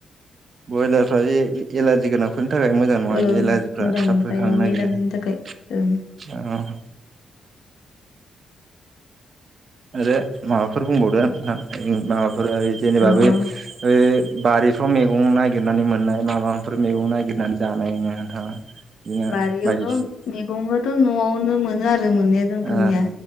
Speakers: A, on the right (about 55°); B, on the left (about 80°).
A: बयलारफ्रा बे एलारजि गोनां फोरनो थाखाय मोजां नङा
B: ओं
A: बे एलजिफ्रा
B: मोजां
A: थाब
B: नंखाया
A: होखांनो
B: इयो
A: नागिरो
B: एलारजिनि
A: औ
B: थाखाय ओं
A: <inaudible> आरो माबाफोर बुंबावदों माबाफोर जेनेबा
B: औ
A: बे
B: औ
A: ओ बारिफ्राव मैगं नागिरनानै मोननाय माबाफोर मैगं नागिरनानै जानाङो नोंथाङा? बिदिनो
B: बारियावथ'
A: बायदिसिना
B: मैगंबोथ' न'आवनो मोनो आरो आरो मोननाया जोंफोरनिया
A: औ